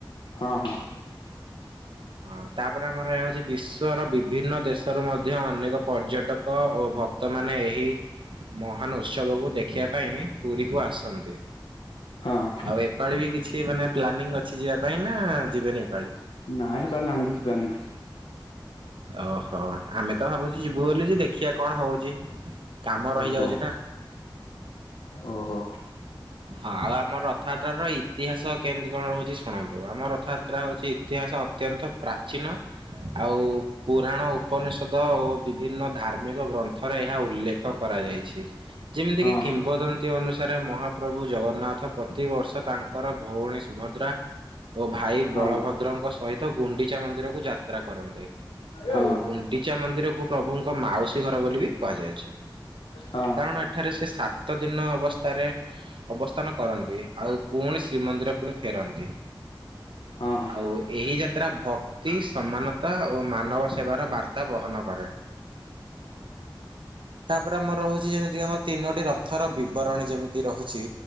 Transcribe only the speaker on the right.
ହଁ, ତାପରେ ଆମର ଏହା ହଉଛି ବିଶ୍ଵର ବିଭିନ୍ନ ଦେଶରୁ ମଧ୍ୟ ଅନେକ ପର୍ଯ୍ୟଟକ କ ଓ ଭକ୍ତ ମାନେ ଏହି ମହାନ ଉତ୍ସବକୁ ଦେଖିବା ପାଇଁ ପୁରୀକୁ ଆସନ୍ତି।
ଆଉ ଏପାଳି ବି କିଛି ମାନେ ପ୍ଲାନିଂ ଅଛି ଯିବା ପାଇଁ ନା, ଯିବେନି ଏପାଳି।
ଓହୋ ଆମେ ତ ଭାବୁଚୁ ଯିବୁ ବୋଲି ଯେ ଦେଖିଆ କଣ ହଉଚି? କାମ ରହିଯାଉଚି
ନା।
ହଁ ଆଉ ଆମ ରଥଯାତ୍ରା ର ଇତିହାସ କେମିତି କଣ ରହୁଚି ଶୁଣନ୍ତୁ। ଆମ ରଥଯାତ୍ରା ହଉଚି ଇତିହାସ ଅତ୍ୟନ୍ତ ପ୍ରାଚୀନ ଆଉ ପୁରାଣ ଉପନିଷଦ ଓ ବିଭିନ୍ନ ଧାର୍ମିକ ଗ୍ରନ୍ଥରେ ଏହା ଉଲ୍ଲେଖ କରାଯାଇଛି। ଯେମିତିକି
କିମ୍ବଦନ୍ତୀ ଅନୁସାରେ ମହାପ୍ରଭୁ ଜଗନ୍ନାଥ ପ୍ରତିବର୍ଷ ତା ଙ୍କର ଭଉଣୀ ସୁଭଦ୍ରା ଓ ଭାଇ
ବଳଭଦ୍ରଙ୍କ
ସହିତ ଗୁଣ୍ଡିଚା ମନ୍ଦିରକୁ ଯାତ୍ରା କରନ୍ତି
ଆଉ ଗୁଣ୍ଡିଚା ମନ୍ଦିରକୁ ପ୍ରଭୁଙ୍କ ମାଉସୀ ଘର ବୋଲି ବି କୁହାଯାଇଚି।
କାରଣ ଏଠାରେ ସେ ସାତ ଦିନ ଅବସ୍ଥାରେ ଅବସ୍ଥାନ କରନ୍ତି ଆଉ ପୁଣି ଶ୍ରୀମନ୍ଦିର ପୁଣି ଫେରନ୍ତି।
ଆଉ ଏହି ଯାତ୍ରା ଭକ୍ତି ସମାନତା ଓ ମାନବ ସେବା ବାର୍ତ୍ତା ବହନ କରେ ତାପରେ ଆମର ରହୁଚି ଯେମିତି ଆମ ତିନୋଟି ର ଥର ବିବରଣୀ ଯେମିତି ରହୁଚି